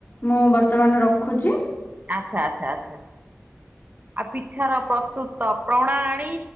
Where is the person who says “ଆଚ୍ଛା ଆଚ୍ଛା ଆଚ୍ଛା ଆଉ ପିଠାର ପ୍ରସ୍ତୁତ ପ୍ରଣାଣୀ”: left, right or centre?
Right